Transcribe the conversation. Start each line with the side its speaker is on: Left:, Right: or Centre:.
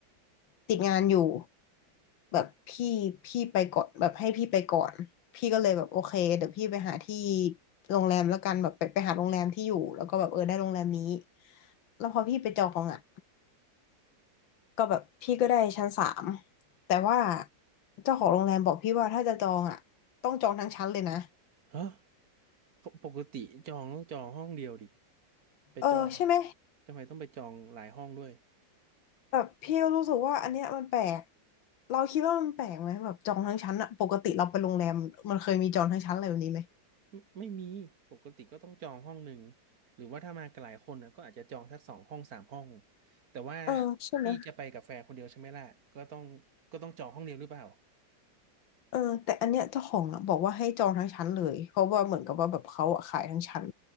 Left: ติดงานอยู่แบบพี่พี่ไปก่อนแบบให้พี่ไปก่อนพี่ก็เลยแบบโอเคเดี๋ยวพี่ไปหาที่โรงแรมแล้วกันแบบไปไปหาโรงแรมที่อยู่แล้วก็แบบเออได้โรงแรมนี้แล้วพอพี่ไปจองอ่ะก็แบบพี่ก็ได้ชั้นสามแต่ว่าเจ้าของโรงแรมบอกพี่ว่าถ้าจะจองอ่ะต้องจองทั้งชั้นเลยนะ
Right: ฮะปกติจองต้องจองห้องเดียวดิไปจอง
Left: เออใช่ไหม
Right: ทำไมต้องไปจองหลายห้องด้วย
Left: แบบพี่ก็รู้สึกว่าอันเนี้ยมันแปลกเราคิดว่ามันแปลกไหมแบบจองทั้งชั้นอะปกติเราไปโรงแรมมันเคยมีจองทั้งชั้นอะไรแบบนี้ไหม
Right: ไม่ไม่มีปกติก็ต้องจองห้องหนึ่งหรือว่าถ้ามากันหลายคนนะก็อาจจะจองสักสองห้องสามห้องแต่ว่า
Left: เออใช่ไหม
Right: พี่จะไปกับแฟนคนเดียวใช่ไหมล่ะก็ต้องก็ต้องจองห้องเดียวหรือเปล่า
Left: เออแต่อันเนี้ยเจ้าของอะบอกว่าให้จองทั้งชั้นเลยเพราะว่าเหมือนกับว่าแบบเขาอะขายทั้งชั้น